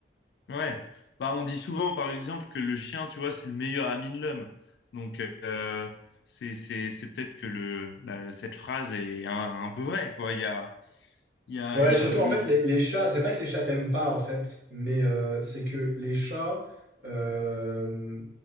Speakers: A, on the left (about 70°); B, on the right (about 60°).
A: Ouais, bah, on dit souvent par exemple que le chien, tu vois, c'est le meilleur ami de l'homme. Donc euh, c'est c'est c'est peut-être que le la- cette phrase est un, un peu vraie quoi. Il y a il y a
B: Ouais,
A: il y
B: surtout
A: a le,
B: en fait,
A: le-
B: les, les chats, c'est pas que les chats t'aiment pas en fait, mais euh, c'est que les chats, euh,